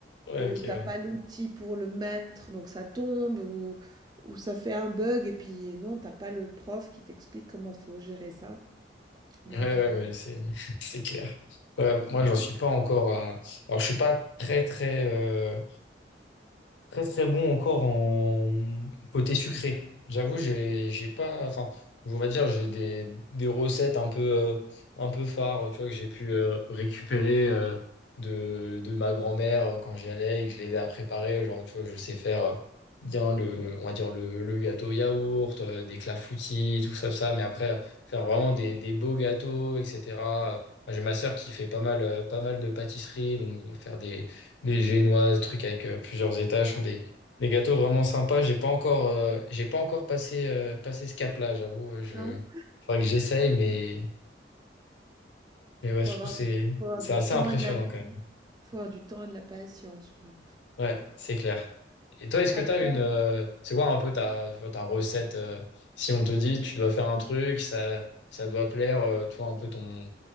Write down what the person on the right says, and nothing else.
ou
t'as
pas l'outil pour le mettre, donc ça tombe, ou, ou ça fait un bug, et puis non, t'as pas le prof qui t'explique comment faut gérer ça. Donc,
euh,
non,
faut
avoir
du,
faut avoir
du
temps
et de la,
faut avoir du temps et de la patience, je crois.
Après,